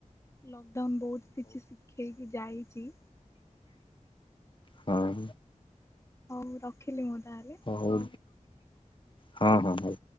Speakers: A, on the left (about 20°); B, on the left (about 40°).
A: ଲକଡାଉନ୍ ବହୁତ୍ କିଛି ଶିଖେଇକି ଯାଇଚି।
B: ହଁ।
A: ହଉ ରଖିଲି ମୁଁ ତାହେଲେ
B: ହଉ ହଁ ହଁ ହଉ।